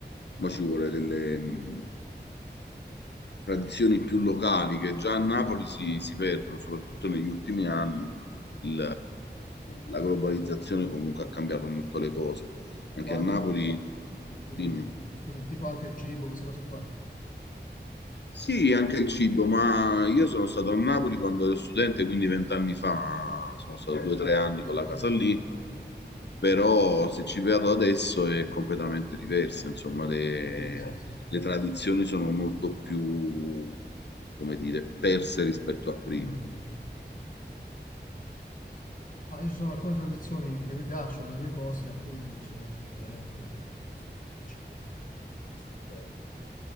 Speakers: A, on the left (about 70°); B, on the left (about 45°).
A: ma ci vuole delle, mh, tradizioni più locali che già a Napoli si, si perdono, soprattutto negli ultimi anni. Il- la globalizzazione comunque ha cambiato molto le cose.
B: Tipo
A: Anche
B: anche,
A: a Napoli,
B: scusami,
A: dimmi.
B: scusami, tipo anche il cibo, queste cose qua.
A: Sì, anche il cibo, ma io sono stato a Napoli quando ero studente, quindi vent'anni fa, sono stato due o tre anni con la
B: Ok,
A: casa lì,
B: ok.
A: però se ci vado adesso è completamente diversa, insomma, le,
B: Sì, sì, sì.
A: le tradizioni sono molto più, come dire, perse rispetto a prima.
B: Mm. Ah, io ci sono alcune tradizioni che mi piacciono dei miei posti, alcune invece che le reputo un po' così, diciamo. Un po',